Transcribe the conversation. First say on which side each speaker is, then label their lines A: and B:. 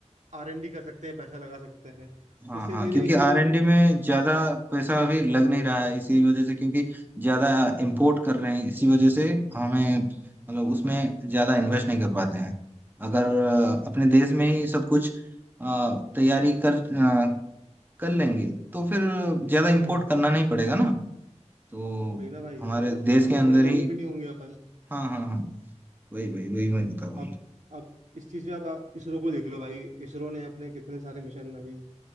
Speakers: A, on the right (about 80°); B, on the right (about 15°).
A: आरएनडी कर सकते हैं पैसा लगा सकते हैं
B: हाँ
A: तो इससे
B: हाँ
A: फिर
B: क्योंकि
A: एक
B: आर एन डी में ज्यादा पैसा अभी लग नहीं रहा है इसी वजह से क्योंकि ज्यादा इंपोर्ट कर रहे हैं इसी वजह से हमें मतलब उसमें ज्यादा इन्वेस्ट नहीं कर पाते हैं अगर अ, अपने देश में ही सब कुछ अ, तैयारी कर अ, कर लेंगे तो फिर ज्यादा इंपोर्ट
A: हम्म
B: करना नहीं पड़ेगा ना तो
A: वही ना भाई
B: हमारे
A: तो
B: देश
A: और
B: के
A: किसी
B: अंदर
A: पे डिपेंड
B: ही
A: भी नहीं होंगे अपन
B: हाँ हाँ हाँ वही वही वही मैं बता रहा
A: आप
B: हूँ
A: आप इस चीज में आप, आप इसरो को देख लो भाई इसरो ने अपने कितने सारे मिशन अभी